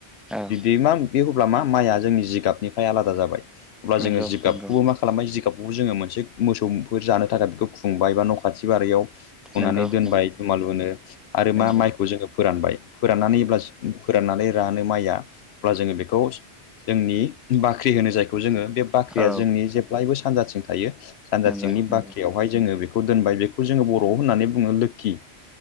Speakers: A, in the centre; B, on the left.
A: औ
B: बिब्दि मा बे अब्ला मा माइआ जोंनि जिगाबनिफ्राय आलादा जाबाय अब्ला
A: नंगौ
B: जोंङो जिगाबखौबो
A: नंगौ
B: मा खालामबाय जिगाबखौ खौबो जोंङो मोनसे मोसौफोर जानो थाखाय बेखौ खुंबाय बा न खाथि बारियाव खुंनानै
A: नंगौ नंगौ
B: दोनबाय
A: नंगौ
B: दुमालु नो आरो
A: नंगौ
B: मा माइखौ जोंङो फोरानबाय फोराननानै अब्ला फोराननानै रानो माइआ अब्ला जोंङो बेखौ जोंनि बाख्रि होनो जायखौ जोंङो बे बाख्रिया
A: औ
B: जोंनि जेब्लायबो सा सानजाथिं थायो सानजाथिंनि
A: नंगौ नंगौ
B: बाख्रियावहाय जोंङो बे खौ दोनबाय बेखौ जोंङो बरआव होननानै बुंङो लोखि